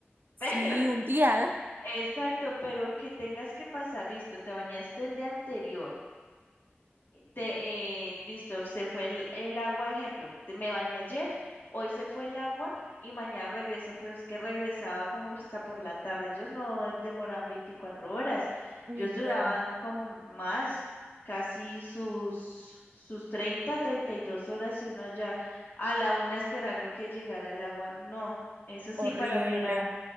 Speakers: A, on the right (about 55°); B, on the left (about 55°).
A: Sí,
B: <laughs> pero,
A: un día.
B: exacto, pero que tengas que pasar, listo, te bañaste el día anterior te- eh, listo, se fue el, el agua, ejemplo, te- me bañé ayer, hoy se fue el agua y mañana regresa, pero es que regresaba como hasta por la tarde, ellos no demoraban 24 horas,
A: Uy,
B: ellos
A: no,
B: duraban como más, casi sus, sus treinta, treinta y dos horas y uno allá a la una esperando que llegara el agua. No, eso sí
A: horrible.
B: para mí era